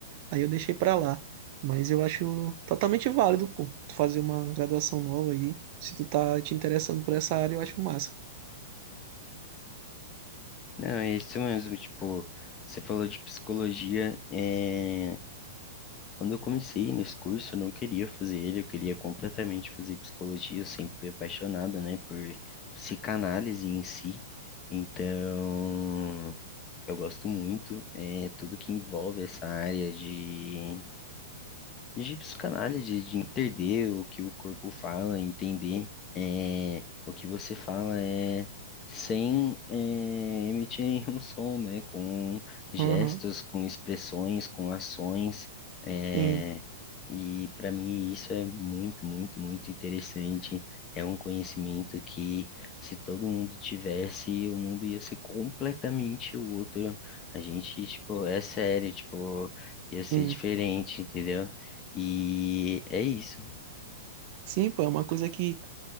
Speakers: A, on the right (about 40°); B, on the left (about 25°).
A: aí eu deixei pra lá. Mas eu acho totalmente válido, pô, tu fazer uma graduação nova aí. Se tu tá te interessando por essa área, eu acho massa.
B: Não, é isso mesmo, tipo, você falou de psicologia, é... quando eu comecei nesse curso, eu não queria fazer ele, eu queria completamente fazer psicologia, eu sempre fui apaixonada, né, por psicanálise em si. Então, Eu gosto muito, é, tudo que envolve essa área de de psicanálise, de entender o que o corpo fala, entender é, o que você fala é, sem é, emitir nenhum <laughs> som, né? Com gestos,
A: Aham,
B: com expressões, com ações. é,
A: Sim,
B: e para mim isso é muito, muito, muito interessante. É um conhecimento que, se todo mundo tivesse, o mundo ia ser completamente outro. A gente, tipo, é sério, tipo, ia ser
A: sim.
B: diferente, entendeu? E é isso.
A: Sim, pô, é uma coisa que,